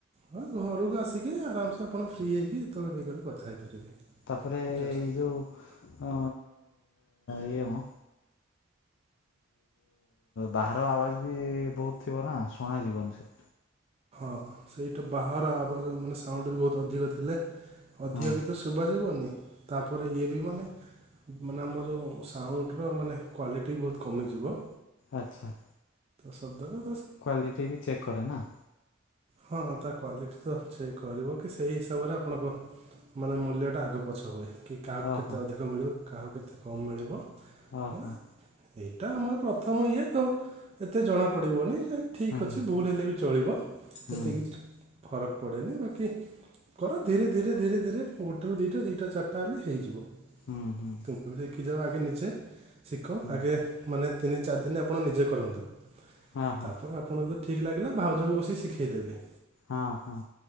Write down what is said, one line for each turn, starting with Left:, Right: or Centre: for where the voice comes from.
Right: ହଁ ଘରକୁ ଆସିକି ଆରାମସେ ଆପଣ ଫ୍ରି ହେଇକି ଯେତେବେଳେ ଇଏ କରି କଥା ହେଇପାରିବେ।
Left: ତାପରେ
Right: କିଛି
Left: ଏଇ
Right: ଅସୁ
Left: ଯୋଉ ଅ ଇଏ ମୁ ବାହାର ଆବାଜ ବି ବହୁତ ଥିବ ନା ଶୁଣା ଯିବନି ସେ
Right: ହଁ ସେଇଟା ବାହାର ଆ ମାନେ ସାଉଣ୍ଡ ବି ବହୁତ ଅଧିକ ଥିଲେ ଅଧିକ
Left: ହଁ
Right: ଗୀତ ଶୁଭା ଯିବନି? ତାପରେ ଇଏ ବି ମାନେ ମାନେ ଆମର ଯୋଉ ସାଉଣ୍ଡର ମାନେ କ୍ଵାଲିଟି ବହୁତ କମିଯିବ।
Left: ଆଚ୍ଛା।
Right: ସତ ନା।
Left: କ୍ଵାଲିଟି ବି ଚେକ୍ କରେ ନା।
Right: ହଁ ତା କ୍ୱାଲିଟି ତ ଚେକ୍ କରିବ କି ସେଇ ହିସାବରେ ଆପଣଙ୍କ ମାନେ ମୂଲ୍ୟ ଟା ଆଗ ପଛ ହୁଏ। କି କାହାକୁ
Left: ଓହୋ
Right: କେତେ ଅଧିକ ମିଳିବ କାହାକୁ କେତେ କମ୍ ମିଳିବ?
Left: ଓ
Right: ନା
Left: ହୋ।
Right: ଏଇଟା ଆମର ପ୍ରଥମ ଇଏ ତ ଏତେ ଜଣାପଡ଼ିବନି। ଠିକ୍
Left: ହୁଁ
Right: ଅଛି ଭୁଲ
Left: ହୁଁ
Right: ହେଲେ ବି ଚଳିବ।
Left: ହୁଁ।
Right: ଏତେ କିଛି ଫରକ ପଡ଼େନି ବାକି କର ଧୀରେ ଧୀରେ ଧୀରେ ଧୀରେ ଗୋଟେରୁ ଦିଇଟା ଦୁଇଟା ଚାରିଟା ହେଲେ ହେଇଯିବ।
Left: ହୁଁ ହୁଁ
Right: ତମକୁ ବି ଦେଖି କି ଯାଅ ଆଗେ ନିଜେ ଶିଖ
Left: ହୁଁ
Right: ଆଗେ ମାନେ ତିନି ଚାରି ଦିନ ଆପଣ ନିଜେ କରନ୍ତୁ।
Left: ହଁ ହଁ
Right: ତାପରେ ଆପଣ ଯ ଠିକ ଲାଗିଲା ଭାଉଜଙ୍କୁ ବସେଇକି ଶିଖେଇ ଖେଇଦେବେ।
Left: ହଁ ହଁ।